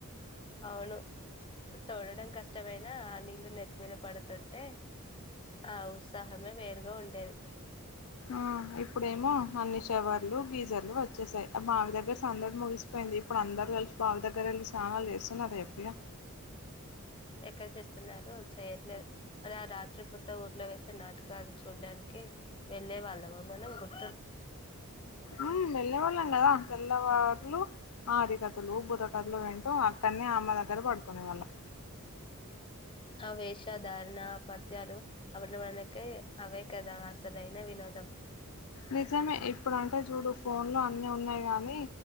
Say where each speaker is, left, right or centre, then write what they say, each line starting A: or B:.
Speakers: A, on the left; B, on the left.
A: అవును తోడటం కష్టమైన ఆ నీళ్లు నెత్తి మీద పడుతుంటే ఆ ఉత్సాహమే వేరుగా ఉండేది.
B: ఆ ఇప్పుడేమో అన్ని షవర్లు గీజర్లు వచ్చేసాయి. ఆ బావి దగ్గర సందడి ముగిసిపోయింది. ఇప్పుడు అందరు కలిసి బావి దగ్గర ఎల్లి స్నానాలు చేస్తున్నారా చెప్పు ఇగ.
A: ఎక్కడ చేస్తున్నారు చేయట్లేదు. మరి ఆ రాత్రిపూట ఊరిలో వేసే నాటకాలు చూడడానికి వెళ్లే వాళ్ళమా మనం గుర్తు
B: ఉమ్ వెళ్లే వాళ్ళం కదా. తెల్లవారులు హరికథలు బుర్ర కథలు వింటూ అక్కనే అమ్మ దగ్గర పడుకునే వాళ్ళం.
A: ఆ వేషధారణ ఆ పద్యాలు అప్పట్ల మనకి అవే కదా అసలైన వినోదం.
B: నిజమే ఇప్పుడంటే జుడు ఫోన్లో అన్నీ ఉన్నాయి గాని